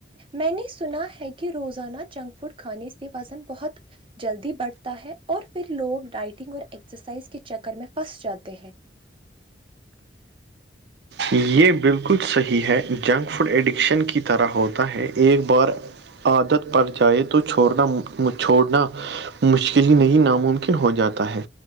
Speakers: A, on the right; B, on the right.
A: میں نے سنا ہے کہ روزانہ جنک فوڈ کھانے سے وزن بہت جلدی بڑھتا ہے اور پھر لوگ ڈائٹنگ اور ایکسرسائز کے چکر میں پھنس جاتے ہیں
B: یہ بالکل صحیح ہے جنک فوڈ ایڈکشن کی طرح ہوتا ہے ایک بار عادت پڑ جائے تو چھوڑنا چھوڑنا مشکل ہی نہیں ناممکن ہو جاتا ہے